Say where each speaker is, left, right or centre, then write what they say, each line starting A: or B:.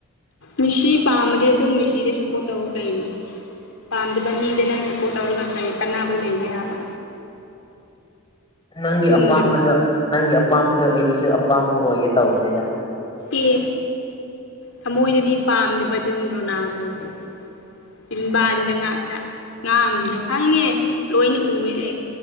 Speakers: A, on the left; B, on the left.
A: ꯃꯤꯁꯤ ꯄꯥꯝꯕꯔꯦ ꯑꯗꯨꯝ ꯃꯤꯁꯤꯗ ꯁꯥꯄꯣꯠꯇꯧ ꯀꯩꯅꯣ ꯄꯥꯝꯗꯕ ꯃꯤꯗꯥ ꯅꯪ ꯁꯄꯣꯔꯠ ꯇꯧꯔꯒ ꯅꯪ ꯀꯔꯤ ꯀꯟꯅꯕ ꯂꯩ ꯍꯥꯏꯕ
B: ꯅꯪꯒꯤ
A: ꯆꯨꯝꯗ꯭ꯔꯣ
B: ꯑꯄꯥꯝꯕꯗ ꯅꯪꯒꯤ ꯑꯄꯥꯝꯕꯗꯣ ꯑꯩꯒꯤꯁꯨ ꯑꯄꯥꯝꯕ ꯑꯣꯏꯒꯦ ꯇꯧꯕꯅꯦꯗ
A: ꯑꯦ ꯊꯃꯣꯏꯗꯗꯤ ꯄꯥꯝꯗꯕ ꯑꯗꯨꯝ ꯔꯣꯅꯥꯜꯗꯣꯕꯨ ꯆꯟꯕꯥꯟꯗ ꯉꯛꯇ ꯉꯥꯡꯉꯤꯗꯣ ꯈꯪꯉꯦ ꯂꯣꯏꯅ ꯎꯑꯦ ꯑꯩ